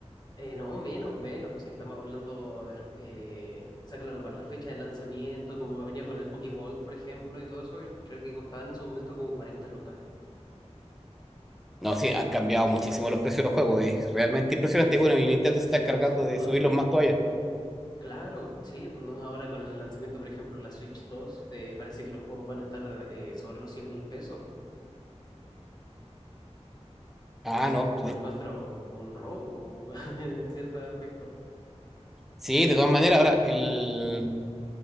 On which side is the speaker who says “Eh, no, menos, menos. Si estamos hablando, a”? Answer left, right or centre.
Left